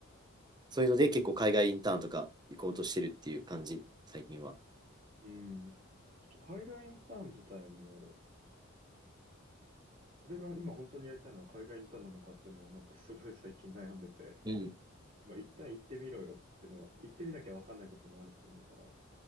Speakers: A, on the right (about 20°); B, on the right (about 40°).
A: そういうので結構海外インターンとか行こうとしてるっていう感じ、最近は。
B: うん。ちょっと海外インターン自体も、俺が今本当にやりたいのは海外インターンなのかっていうのをなんかすごい最近悩んでて、
A: うん。
B: まあ、一旦行ってみろよっていうのは、行ってみなきゃわかんないこともあると思うから、